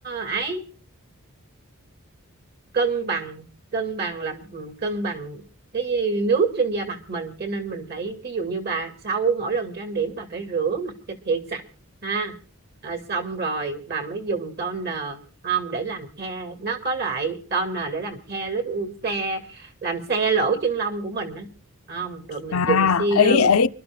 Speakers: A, on the right; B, on the left.
A: ấy cân bằng cân bằng là ừ, cân bằng cái nước trên da mặt mình cho nên mình phải ví dụ như bà sau mỗi lần trang điểm bà phải rửa mặt cho thiệt sạch ha Ờ, xong rồi bà mới dùng toner không để làm khe nó có loại toner để làm khe lít ừ, xe làm xe lỗ chân lông của mình đó không rồi mình
B: À,
A: dùng serum
B: ý ý